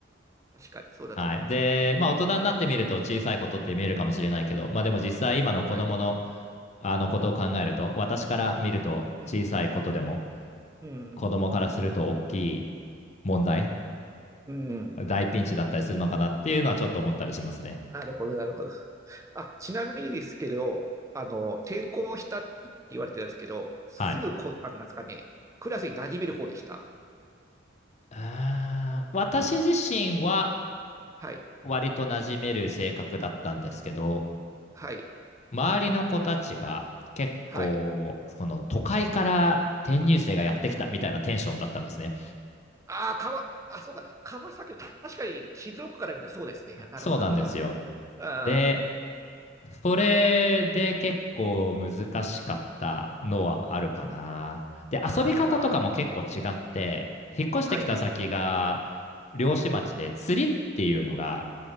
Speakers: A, on the right; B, on the left.
A: 確かに、そうだと思います。
B: はい。で、
A: はい。
B: まあ大人になってみると小さいことって見えるかもしれないけど、まあでも実際今の子供の
A: はい。
B: あのことを考えると、
A: うん、
B: 私から見ると小さいことでも、
A: うん、うん、
B: 子供からすると大きい問題、
A: うん。
B: 大ピンチだったりするのかなっていうのはちょっと思ったりしますね。
A: なるほど、なるほど。あ、ちなみにですけど、あの、転校したって言われてたんですけど、すぐこ、
B: はい。
A: あの、なんですかね、クラスに馴染める方でした
B: あー私自身は
A: はい、
B: 割と馴染める性格だったんですけど、
A: はい、
B: 周りの子たちが結構、
A: はい。
B: その都会から転入生がやってきたみたいなテンションだったんですね。
A: ああ、川、あ、そうか、川崎、確かに静岡から見たらそうですね。なるほど。
B: そうなんですよ。
A: <laughs> ああ、
B: で、それで結構難しかったのはあるかな。で、
A: ああ、
B: 遊び方とかも結構違って、引っ越してきた先が漁師町で釣りっていうのが
A: はいはいはい。